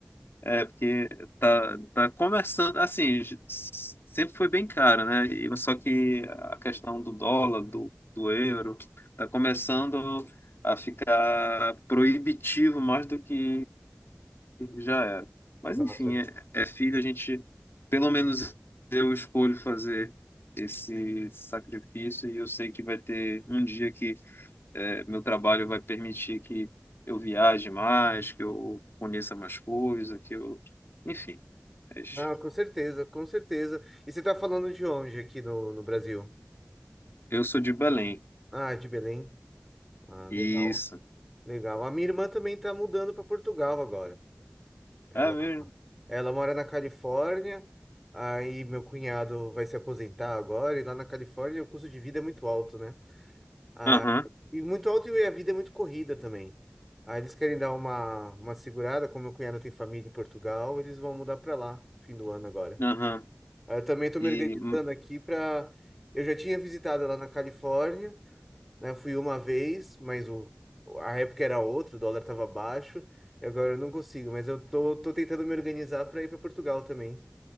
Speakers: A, on the left; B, in the centre.
A: É, porque tá, tá conversando, assim, j- s- sempre foi bem caro, né? E, só que a questão do dólar, do, do euro, tá começando a ficar proibitivo mais do que já era. Mas,
B: Nossa.
A: enfim, é, é filho, a gente, pelo menos eu escolho fazer esse sacrifício e eu sei que vai ter um dia que é, meu trabalho vai permitir que eu viaje mais, que eu conheça mais coisas, que eu. Enfim, mas
B: Ah, com certeza, com certeza. E você tá falando de onde aqui no, no Brasil?
A: eu sou de Belém.
B: Ah, de Belém. Ah, legal,
A: Isso.
B: legal. A minha irmã também tá mudando para Portugal agora. Ela,
A: É mesmo?
B: ela mora na Califórnia, aí meu cunhado vai se aposentar agora, e lá na Califórnia o custo de vida é muito alto, né? Ah,
A: Aham,
B: e muito alto e a vida é muito corrida também. Aí eles querem dar uma, uma segurada, como meu cunhado tem família em Portugal, eles vão mudar para lá, fim do ano agora.
A: aham.
B: Aí Eu também estou
A: E
B: me organizando aqui para. Eu já tinha visitado lá na Califórnia, né? Fui uma vez, mas o... a época era outra, o dólar estava baixo. e Agora eu não consigo, mas eu tô, tô tentando me organizar para ir para Portugal também,